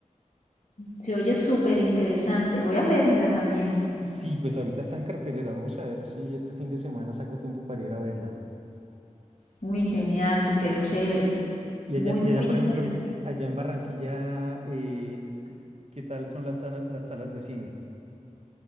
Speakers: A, on the left; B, on the right.
A: Se oye súper interesante. Voy a vérmela también.
B: Sí, pues ahorita está en cartelera. Vamos a ver si este fin de semana saco tiempo para ir a verla.
A: Muy genial, súper chévere.
B: Y
A: Muy,
B: allá, y
A: muy
B: allá por
A: interesante.
B: ejemplo, en Ba- allá en Barranquilla, eh, ¿qué qué tal son las, sala- las salas de cine?